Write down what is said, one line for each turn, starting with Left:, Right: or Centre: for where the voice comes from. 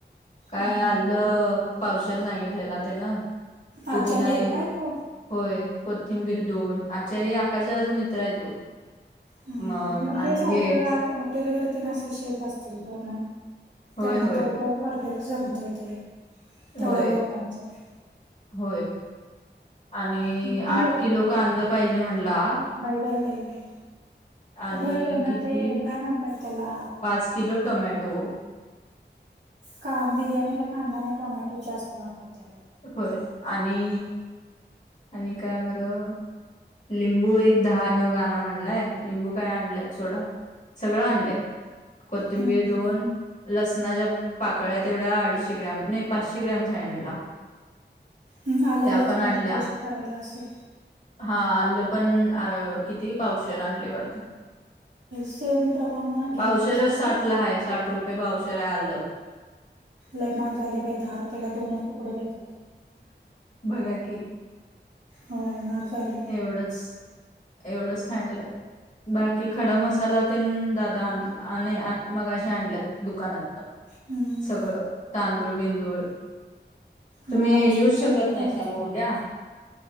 Left: काय
Right: हा
Left: आलं
Right: हा
Left: पावसर सांगितलेलं ते ना पुदिना
Right: आचारी आहे
Left: एकक
Right: काय तो
Left: होय कोथिंबीर दोन आचार्य आकाचाचा मित्र आहे तो
Right: हम
Left: मग
Right: म
Left: आणि
Right: हॉटेल
Left: हे
Right: हटेलवरती असं शेफ असतील का म्हण
Left: होय
Right: त्यांना
Left: होय
Right: बरोबर परफेक्ट जमता येते तेवढ्या
Left: होय
Right: लोकांचं
Left: होय आणि
Right: किती
Left: आठ किलो कांदा पाहिजे म्हटला
Right: बाय बाय बाय बाय
Left: आणि
Right: होय त्यांना
Left: किती
Right: ते काय म्हणतात त्याला
Left: पाच किलो टोमॅटो
Right: काम बिर्याणीला कांदा आणि टोमॅटो जास्त वापरतात
Left: होय आणि आणि काय बरं लिंबू एक दहा न गाण म्हणलाय लिंबू काय आणलंत सोडं सगळं आणलंय कोथंबीर
Right: हम्म हम्म
Left: दोन लसणा ज पाकळ्या तेवढ्या अडीचशे ग्रॅम नाही पाचशे ग्रॅम सांडला
Right: ह आल्या
Left: त्या
Right: लसणाची
Left: पण आणल्या
Right: पेस्ट करायला असेल
Left: हा आलं पण अर किती पावश आणली वाडते
Right: सेम प्रमाण घ्यायचं
Left: पावशरच
Right: असते
Left: साठला
Right: ना ते.
Left: आहे साठ रुपये पावशर आहे आलं
Right: लैमाग झाले पा दहा रुपयाेला दोनच तुकड देतात
Left: बघा कि
Right: होय म चाले
Left: एवढच एवढंच हॅडल आहे बाकी खडा मसाला ते दादा आणला आणि मग अे आणल्या दुकानातलं
Right: हम्म
Left: सगळं तांदूळ बिंदूळ तुम्ही
Right: ना आरुषी
Left: येऊ
Right: खरेदी
Left: शकत नाही
Right: झाल्या
Left: सामो
Right: सगळ्या
Left: उद्या